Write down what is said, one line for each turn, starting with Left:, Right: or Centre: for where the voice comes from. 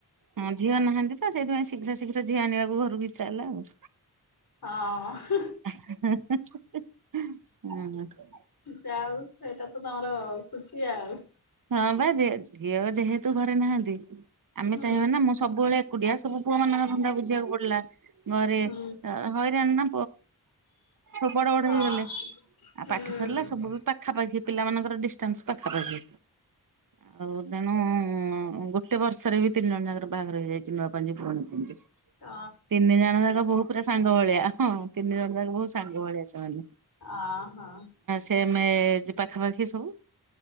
Right: ହଁ ଝିଅ ନାହାନ୍ତି ତ ସେଥିପାଇଁ ଶୀଘ୍ର ଶୀଘ୍ର ଝିଅ ଆଣିବାକୁ ଘରକୁ ଇଚ୍ଛା ହେଲା ଆଉ।
Left: ହଁ।
Right: <inaudible> ଉହୁଁ।
Left: ଯାଉ ସେଇଟା ତ ତମର ଖୁସି ଆଉ।
Right: ହଁ ବା ଯେହେତୁ ସିଏବା ଯେହେତୁ ଘରେ ନାହାନ୍ତି ଆମେ
Left: ହୁଁ
Right: ଚାହିଁବା ନା ମୁଁ ସବୁବେଳେ ଏକୁଟିଆ ସବୁ ପୁଅ ମାନଙ୍କ ଧନ୍ଦା ବୁଝିବାକୁ ପଡିଲା, ଘରେ
Left: ହୁଁ
Right: ହଇରାଣ ନା ସବୁ ବଡ ବଡ
Left: ହଁ
Right: ହେଇଗଲେ। ଆଉ
Left: ହୁଁ।
Right: ପାଠ ସରିଲା ସବୁ ବି ପାଖାପାଖି ପିଲା ମାନଙ୍କର ଡିଷ୍ଟାନ୍ସ ପାଖାପାଖି। ଆଉ ତେଣୁ ଗୋଟେ ଗୋଟେ ବର୍ଷରେ ବି ତିନି ଜଣ ଯାର ବାହାଘର ହେଇଯାଇଛି। ନୂଆ ପାଞ୍ଜି ପୁରୁଣି ପାଞ୍ଜି।
Left: ତ
Right: ତିନି ଜଣ ଯାକ ବୋହୂ ପୁରା ସାଙ୍ଗ ଭଳିଆ। ହଁ ତିନି ଜଣ ଯାକ ବୋହୂ ସାଙ୍ଗ ଭଳିଆ ଚଳନ୍ତି।
Left: ହଁ, ହଁ।
Right: ସେ ଏଜ୍ ପାଖାପାଖି ସବୁ।